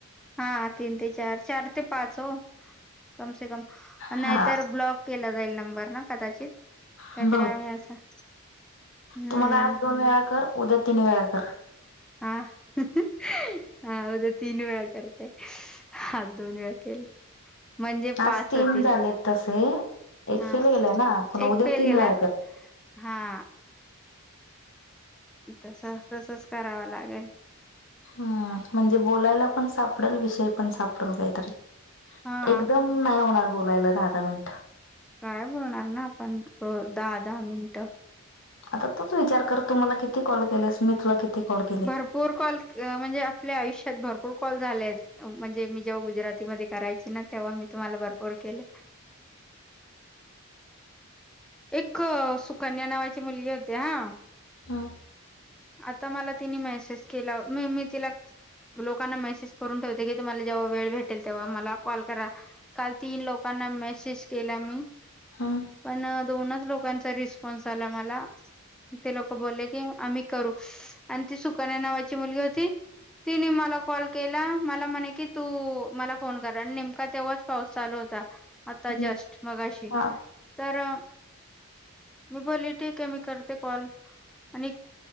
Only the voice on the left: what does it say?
हा
हॅलो
तु मला आज दोन वेळा कर उद्या तीन वेळा कर.
आज तीन
झालेत तसे एक
फेल गेला येना पण
उद्या
तीन
वेळा कर.
हा म्हणजे बोलायला पण सापडेल विषय पण सापडेल काहीतरी
एकदम. नाही होणार बोलायला दहा दहा मिनिट
आता तूच विचार कर तु मला किती कॉल केलेस मी तुला किती कॉल केले.
हा.
हम्म
हम्म
हा